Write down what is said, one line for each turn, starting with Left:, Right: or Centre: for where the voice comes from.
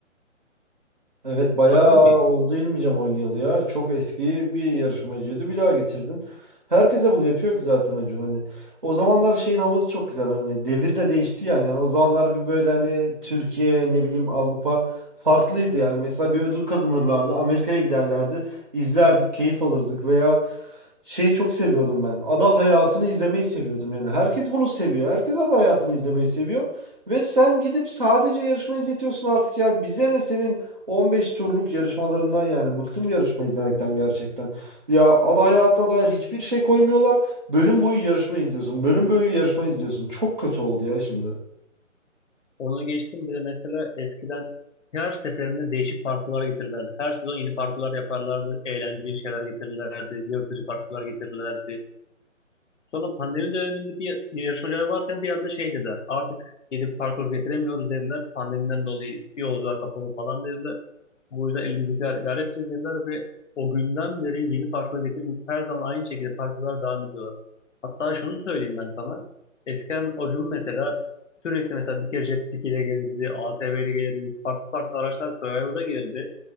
Right: Evet bayağı
Left: Haksız mıyım?
Right: oldu İlmicem oynayalı ya. Çok eski bir yarışmacıydı. Bir daha getirdin. Herkese bunu yapıyor ki zaten Acun hani. O zamanlar şeyin havası çok güzel hani. Devir de değişti yani. Yani o zamanlar bir böyle hani Türkiye ne bileyim Avrupa farklıydı yani. Mesela bir ödül kazanırlardı. Amerika'ya giderlerdi. İzlerdik, keyif alırdık veya şeyi çok seviyordum ben. Ada hayatını izlemeyi seviyordum yani. Herkes bunu seviyor. Herkes ada hayatını izlemeyi seviyor. Ve sen gidip sadece yarışma izletiyorsun artık ya. Bize ne senin 15 turluk yarışmalarından yani bıktım yarışma izlemekten gerçekten. Ya ada hayatına dair hiçbir şey koymuyorlar. Bölüm boyu yarışma izliyorsun. Bölüm boyu yarışma izliyorsun. Çok kötü oldu ya şimdi.
Left: Onu geçtim. Bir de mesela eskiden her seferinde değişik parkurlar getirirlerdi. Her sezon yeni parkurlar yaparlardı. Eğlenceli şeyler getirirlerdi. Yırtıcı parkurlar getirirlerdi. Sonra pandemi döneminde bir yarışmacılar varken bir anda şey dediler. Artık gelip parkur getiremiyoruz dediler. Pandemiden dolayı yolcular kapalı falan dediler. Bu yüzden elimizdekiler idare edeceğiz dediler ve o günden beri yeni parkur getirmeyip her zaman aynı şekilde parkurlar devam ediyorlar. Hatta şunu söyleyeyim ben sana. Eskiden Acun mesela sürekli mesela bir kere jet ski ile gelirdi, ATV ile gelirdi, farklı farklı araçlar Survivor'a gelirdi.